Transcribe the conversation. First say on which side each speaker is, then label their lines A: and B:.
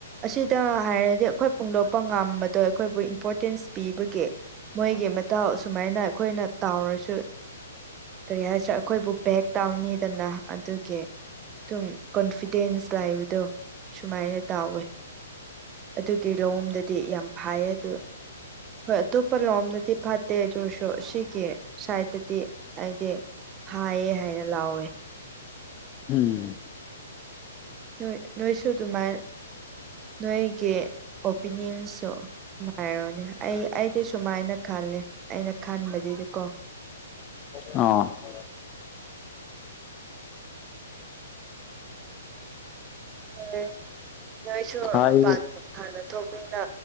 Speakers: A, on the right; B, on the left.
A: ꯑꯁꯤꯗ ꯍꯥꯏꯔꯗꯤ ꯑꯩꯈꯣꯏ ꯐꯣꯡꯗꯣꯛꯄ ꯉꯝꯕꯗꯣ ꯑꯩꯈꯣꯏꯕꯨ ꯏꯝꯄꯣꯔꯇꯦꯟꯁ ꯄꯤꯕꯒꯤ ꯃꯣꯏꯒꯤ ꯃꯇꯥꯎ ꯁꯁꯨꯃꯥꯏꯅ ꯑꯩꯈꯣꯏꯅ ꯇꯥꯎꯔꯁꯨ ꯀꯔꯤ ꯍꯥꯏꯁꯤꯥ ꯑꯩꯈꯣꯏꯕꯨ ꯕꯦꯛ ꯇꯥꯎꯅꯤꯗꯅ ꯑꯗꯨꯒꯤ ꯁꯨꯝ ꯀꯣꯟꯐꯤꯗꯦꯟꯁ ꯂꯩꯕꯗꯣ ꯁꯨꯃꯥꯏꯅ ꯇꯥꯎꯋꯦ ꯑꯗꯨꯒꯤ ꯂꯧꯑꯣꯝꯗꯗꯤ ꯌꯥꯝ ꯐꯥꯏꯌꯦ ꯑꯗꯨ ꯍꯣꯏ ꯑꯇꯣꯞꯄ ꯂꯣꯝꯗꯗꯤ ꯐꯠꯇꯦ ꯑꯗꯨꯔꯁꯨ ꯁꯤꯒꯤ ꯁꯥꯏꯠꯇꯗꯤ ꯑꯩꯗꯤ ꯐꯥꯏꯌꯦ ꯍꯥꯏꯅ ꯂꯥꯎꯋꯦ
B: ꯎꯝ
A: ꯅꯣꯏ ꯅꯣꯏꯁꯨ ꯑꯗꯨꯃꯥꯏꯅ ꯅꯣꯏꯒꯤ ꯑꯣꯄꯤꯅꯤꯌꯟꯁꯨ ꯅꯨꯡꯉꯥꯏꯔꯣꯅꯦ ꯑꯩ ꯑꯩꯗꯤ ꯁꯨꯃꯥꯏꯅ ꯈꯜꯂꯦ ꯑꯩꯅ ꯈꯟꯕꯗꯨꯗꯤꯀꯣ
B: ꯑꯥꯎ
A: ꯎꯝ ꯅꯣꯏꯁꯨ
B: ꯍꯥꯏꯌꯦ
A: ꯃꯄꯥꯟ ꯍꯥꯟꯅ ꯊꯣꯛꯄꯅꯤꯅ